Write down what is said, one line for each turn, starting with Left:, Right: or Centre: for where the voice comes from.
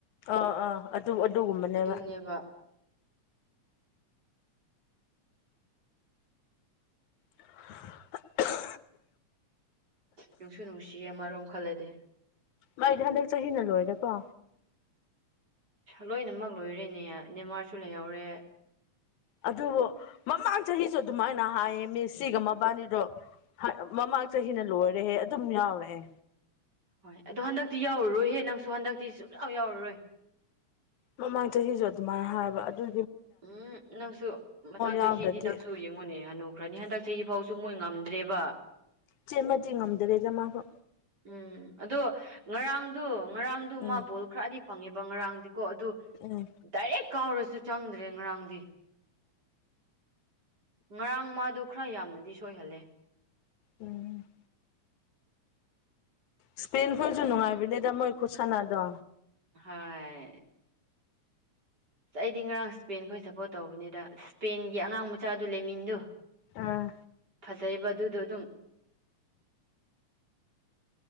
Left: ꯑꯥ ꯑꯥ ꯑꯗꯨ ꯑꯗꯨꯒꯨꯝꯕꯅꯦꯕ
Right: ꯑꯗꯨꯅꯦꯕ
Left: <unintelligible>
Right: ꯅꯨꯡꯁꯨ ꯅꯨꯡꯁꯤꯌꯦ ꯑꯃꯔꯣꯝ ꯈꯜꯂꯗꯤ
Left: ꯃꯥꯏꯗꯤ ꯍꯟꯗꯛ ꯆꯍꯤꯅ ꯂꯣꯏꯔꯦꯀꯣ
Right: ꯂꯣꯏꯅꯃꯛ ꯂꯣꯏꯔꯦꯅꯦ ꯅꯦꯋꯥꯥꯔꯁꯨ ꯂꯩꯍꯧꯔꯦ
Left: ꯑꯗꯨꯕꯨ ꯃꯃꯥꯡ ꯆꯍꯤꯁꯨ ꯑꯗꯨꯃꯥꯏꯅ ꯍꯥꯏꯌꯦ ꯃꯦꯁꯤꯒ ꯃꯕꯥꯅꯤꯗꯣ ꯃꯃꯥꯡ ꯆꯍꯤ ꯅꯥ ꯂꯣꯏꯔꯦꯍꯦ ꯑꯗꯨꯝ ꯌꯥꯎꯔꯑꯦ
Right: ꯍꯣꯏ ꯑꯗꯣ ꯍꯟꯗꯛꯇꯤ ꯌꯥꯎꯔꯨꯔꯣꯏ ꯍꯦ ꯅꯪꯁꯨ ꯍꯟꯗꯛꯇꯤ ꯁꯨꯡꯆꯥꯎ ꯌꯥꯎꯔꯔꯣꯏ
Left: ꯃꯃꯥꯡ ꯆꯍꯤꯁꯨ ꯑꯗꯨꯃꯥꯏꯅ ꯍꯥꯏꯕ ꯑꯗꯨ
Right: ꯎꯝ ꯅꯪꯁꯨ ꯃꯊꯪ
Left: ꯌꯥꯎꯗ꯭ꯔꯗꯤ
Right: ꯆꯍꯤꯗꯤ ꯅꯪꯁꯨ ꯌꯦꯡꯉꯨꯅꯦ ꯍꯅꯨꯈ꯭ꯔꯅꯤ ꯍꯟꯗꯛ ꯆꯍꯤ ꯐꯥꯎꯁꯨ ꯃꯣꯏ ꯉꯝꯗ ꯗ꯭ꯔꯦꯕ
Left: ꯆꯦꯃ ꯆꯤ ꯉꯝꯗ꯭ꯔꯦꯗ ꯃꯥꯁꯨ
Right: ꯎꯝ ꯑꯗꯣ ꯉꯔꯥꯡꯗꯨ ꯉꯔꯥꯡꯗꯨ
Left: ꯎꯝ
Right: ꯃꯥ ꯕꯣꯜ ꯈꯔꯗꯤ ꯐꯪꯉꯦꯕ ꯉꯔꯥꯡꯗꯤ ꯀꯣ ꯑꯗꯨ
Left: ꯎꯝ
Right: ꯗꯥꯏꯔꯦꯛ ꯀꯥꯎꯔꯁꯨ ꯆꯪꯗ꯭ꯔꯦ ꯉꯔꯥꯡꯗꯤ ꯉꯔꯥꯡ ꯃꯥꯗꯣ ꯈꯔ ꯌꯥꯝꯅꯗꯤ ꯁꯣꯏꯍꯜꯂꯦ
Left: ꯎꯝ ꯁꯄꯦꯟ ꯐꯁꯨ ꯅꯨꯡꯉꯥꯏꯕꯤꯗꯤꯗ ꯃꯣꯏ ꯈꯨ ꯁꯥꯟꯗꯣ
Right: ꯍꯥꯏ ꯑꯁ ꯑꯩꯗꯤ ꯉꯔꯥꯡ ꯁ꯭ꯄꯦꯟꯈꯣꯏ ꯁꯞꯄꯣꯔꯠ ꯇꯧꯕꯅꯤꯗ ꯁ꯭ꯄꯦꯟꯒꯤ ꯑꯉꯥꯡ ꯃꯆꯥꯗꯨ ꯂꯦꯃꯤꯟꯗꯨ
Left: ꯑꯥ
Right: ꯐꯖꯩꯕ ꯑꯗꯨꯗꯣ ꯑꯗꯨꯝ